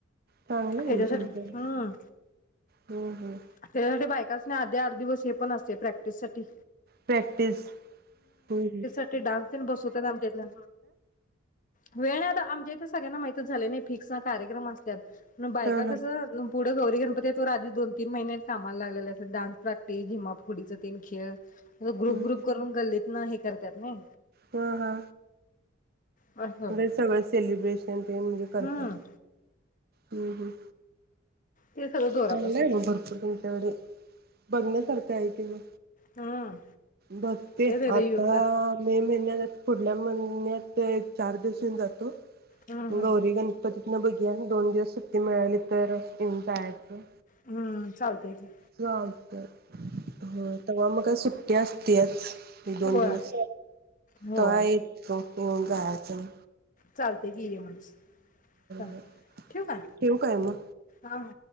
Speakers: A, on the right; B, on the left.
A: चांगलं आहे
B: त्याच्यासाठी
A: मग तुमचं.
B: हम्म
A: हम्म हम्म.
B: त्याच्यासाठी बायका अस ना आधी आठ दिवस हे पण असते प्रॅक्टिस साठी.
A: प्रॅक्टिस हम हं
B: ते डांस तेन बसवत्यात आमच्या इथल्या. वेळ नाही आता आमच्या इथे सगळ्यांना माहतीच झालय नी फिक्स हा कार्यक्रम असत्यात. मग बायका
A: हा हा
B: कसं न पुढं गौरी गण त्याच्यावर आधी दोन, तीन महिने कामाला लागलेल्या असत्यात. डांस प्रॅक्टिस झिम्मा- फुगडिचं तेन खेळ ग्रुप-ग्रुप
A: हम्म
B: करून गल्लीतनं हे करत्यात नई.
A: हा हा
B: असं
A: म्हणे
B: असं.
A: सगळं सेलिब्रेशन तेन म्हणजे करतात.
B: हम्म
A: हम् हम्
B: ते सगळं जोरात
A: खाल्लय
B: असतंय
A: ना भरपूर त्यांच्याकडे. बघण्यासारखं आहे कि म
B: हम्म
A: बघते
B: तेच एकदा
A: आता
B: येऊन जा
A: मे महिन्यात पुढल्या महिन्यात एक-चार दिवस येवून जातो.
B: हम्म हम्म.
A: गौरी गणपतीत न बघूया दोन दिवस सुट्टी मिळाली तर येऊन जायाच. त
B: हम्म चालतंय घे.
A: चालतंय ह तवा मग काय सुट्टी त्याच त्याच एक-दोन
B: होय
A: दिवस
B: होय.
A: तवा येतो. ओ गाचन
B: चालतय गेली माणसं चालतंय
A: बरं.
B: ठेऊ का?
A: ठेवू काय मग?
B: हा ह